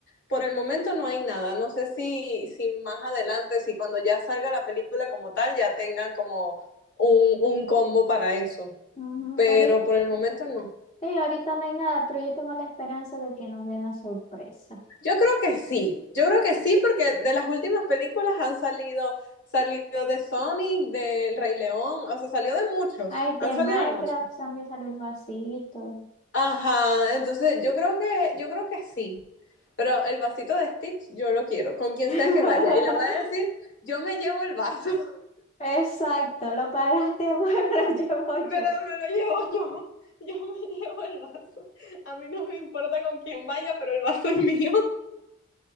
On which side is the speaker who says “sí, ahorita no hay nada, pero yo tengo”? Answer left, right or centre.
Left